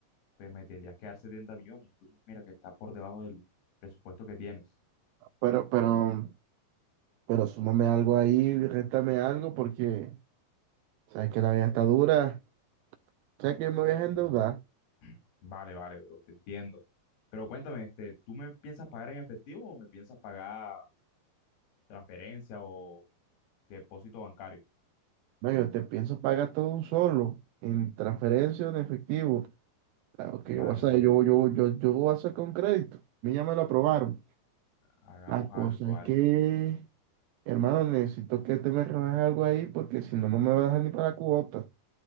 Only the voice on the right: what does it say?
pero, pero, pero súmame algo ahí, réstame algo porque sabes que la vida está dura, sabes que me voy a endeudar.
No, yo te pienso pagar todo un solo, en transferencia o en efectivo. Claro que
yo voy a hacer,
yo,
yo, yo, yo voy a sacar un crédito. A mí ya me lo aprobaron.
La cosa
es que, hermano, necesito que te me rebajes algo ahí porque si no, no me vas a dejar ni para la cuota.